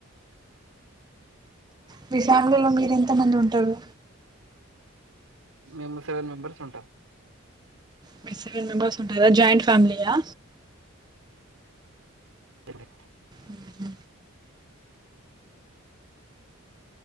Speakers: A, on the right (about 20°); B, on the right (about 80°).
A: మీ ఫ్యామిలీలో మీరు ఎంత మంది ఉంటారు
B: మేము సెవెన్ మెంబర్స్ ఉంటాం
A: మీ సెవెన్ మెంబెర్స్ ఉంటారా జాయింట్ ఫ్యామిలీయా
B: <inaudible>
A: ఉ